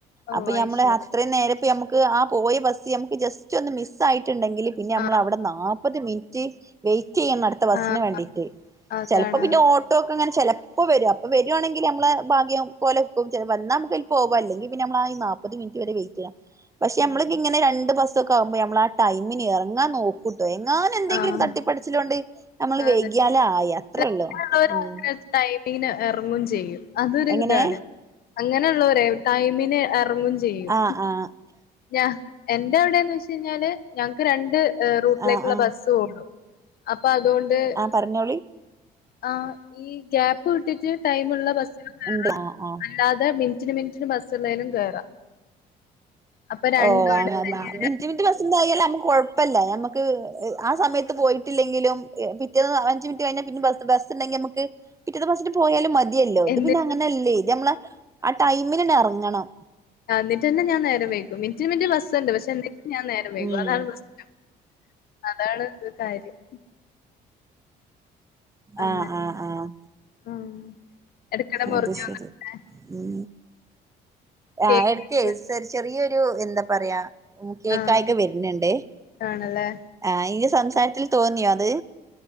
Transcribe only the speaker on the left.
ഓ
അയ്ശരി
ആഹ്
ആഹ്
അതാണ്
ഓഹ്
ആഹ്
അതെ
അതെ അല്ല
അങ്ങനെയുള്ളവര്
അങ്ങനെ ടൈമിങ്ങിന് എറങ്ങോം ചെയ്യും അതൊരു
ഇതാണ് അങ്ങനൊള്ളോരേയ് ടൈമിന് എറങ്ങും ചെയ്യും
ഞാ എന്റെ അവിടെന്ന് വെച്ച്കഴിഞ്ഞാല് ഞങ്ങക്ക് രണ്ട് ഏഹ് റൂട്ടിലേക്കുള്ള
ബസ്സ് പോകോള്ളു അപ്പ അതുകൊണ്ട്
ആ ഈ ഗ്യാപ്പ് കിട്ടിട്ട് ടൈമുള്ള ബസ്സുക,,
അല്ലാതെ മിനിറ്റിന് മിനിറ്റിന് ബസ്സ് ഉള്ളേലും കേറാം അപ്പൊ രണ്ടും
എടുത്തന്നെയാണ്
എന്നിട്ട്
ആ എന്നിട്ടന്നെ ഞാൻ നേരം വൈക്കും മിനിറ്റിന് മിനിറ്റിന് ബസ് ഒണ്ട് പക്ഷെ എന്നിട്ടും ഞാൻ നേരം വൈകും
അതാണ് പ്രശ്നം അതാണ് ഒര് കാര്യം അങ്ങനെ
ആഹ് എടക്കടെ മുറിഞ്ഞു
വന്നിട്ട്
കേക്ക്
ആഹ്
ആണല്ലേ